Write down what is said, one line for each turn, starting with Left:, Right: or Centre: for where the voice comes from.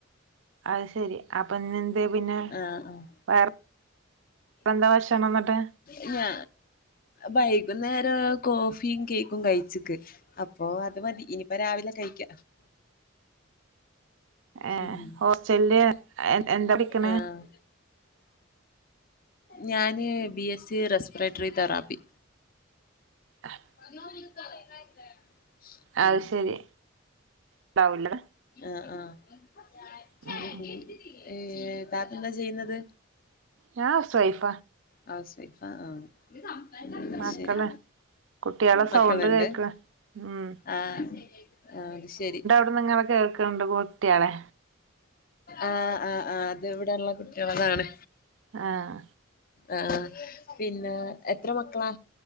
Right: അത് ശരി അപ്പ ഇന്ന് അതെ പിന്നെ
Left: ആഹ് ആഹ്
Right: വേറെ വേറെന്താ ഭക്ഷണം എന്നിട്ട്
Left: ല്ലാ വൈകുന്നേരം കോഫിയും കേക്കും കഴിച്ചിക്ക് അപ്പൊ അത് മതി ഇനിയിപ്പോ രാവിലെ കഴിക്ക
Right: ഏഹ്
Left: ഉം
Right: ഹോസ്റ്റലില് എന്താ പഠിക്ക് ണെ
Left: ആഹ് ഞാന് ബി എസ് സി റെസ്പറേറ്ററി തറാപ്പി
Right: <inaudible>
Left: <inaudible>
Right: അത്
Left: ഉം
Right: ശരി ഉണ്ടാവൂല്ല
Left: ആഹ് ആഹ്
Right: ഉം ഉം
Left: ഏ താത്തെന്താ ചെയ്യുന്നത്
Right: ഞ ഹൗസ് വൈഫ
Left: ഹൗസ് വൈഫ ആഹ എന്നാ
Right: മക്കള്
Left: ശരി
Right: കുട്ടികളെ
Left: മക്കളുണ്ട്
Right: സൗണ്ട് കേക്ക ഉം
Left: ആഹ ആ അത് ശരി
Right: അവ്ട്ട്ന്ന് നിങ്ങളെ കേൾക്കണണ്ട് കുട്ട്യാളെ
Left: ആഹ് ആഹ് ആഹ് അത് ഇവിടെള്ള കുട്ടികളതാണ്
Right: ആഹ്
Left: ആഹ് ആഹ് പിന്നെ എത്ര മക്കളാ